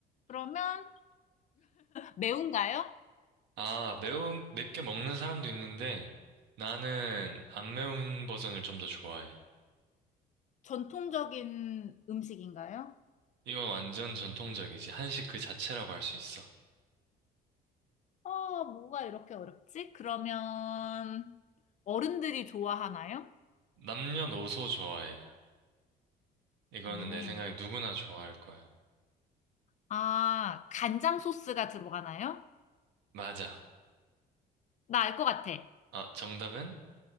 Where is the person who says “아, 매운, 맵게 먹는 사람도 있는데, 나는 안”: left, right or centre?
Right